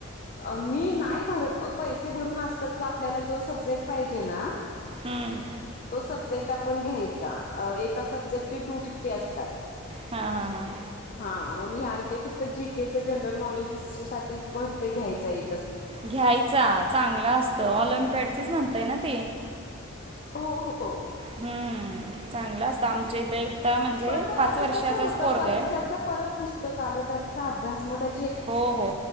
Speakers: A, on the left; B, on the right.
A: मी नाही भरत पैसे भरून असतात का आपल्याला जो सब्जेक्ट पाहिजे ना
B: हम्म.
A: तो सब्जेक्ट आपण घ्यायचा एका सब्जेक्टचे टू फिफ्टी असतात.
B: हा हा हां.
A: हा मग मी ह्यावेळी फक्त जी केेच जनरल नॉलेज साठी बनते घ्यायचाय.
B: घ्यायचा चांगल असतं ऑलम्पॅड च म्हणताय ना ती?
A: हो हो.
B: हम्म चांगलं असत आमच्या इथ इता म्हणजे
A: पण मग
B: पाच
A: त्याच
B: वर्षाचाच
A: कसं होतं
B: पोरगाय
A: परत त्याच परत पुस्तक आलं त्याचा अभ्यास मग त्या
B: हो हो